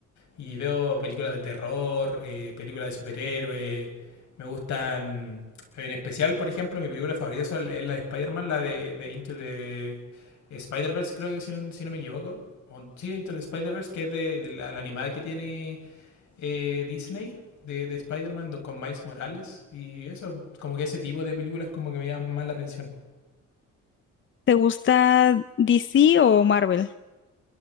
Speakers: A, on the left; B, on the left.
A: Y veo películas de terror, eh, películas de superhéroes. Me gustan. En especial, por ejemplo, mi película favorita son- es la de Spider-Man, la de, de Into the Spider-Verse, creo que si, si no me equivoco. O- Sí, Into the Spider-Verse, que es de, de la, la animada que tiene eh, Disney de, de Spider-Man do- con Miles Morales. Y eso, como que ese tipo de películas como que me llaman más la atención.
B: ¿Te gusta DC o Marvel?